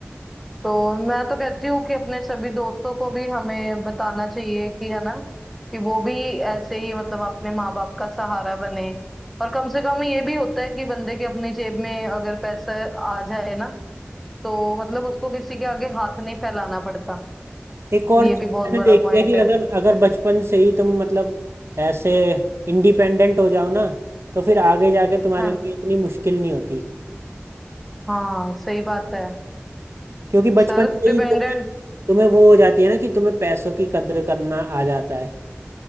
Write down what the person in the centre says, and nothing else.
तो मैं तो कहती हूँ कि अपने सभी दोस्तों को भी हमें बताना चाहिए कि है ना कि वो भी ऐसे ही मतलब अपने माँ बाप का सहारा बने और कम से कम ये भी होता है कि बंदे के अपनी जेब में अगर पैसा आ जाए ना तो मतलब उसको किसी के आगे हाथ नहीं फैलाना पड़ता
ये
भी बहुत
बड़ा
पॉइंट
है
हाँ
हाँ सही बात है
Self
dependent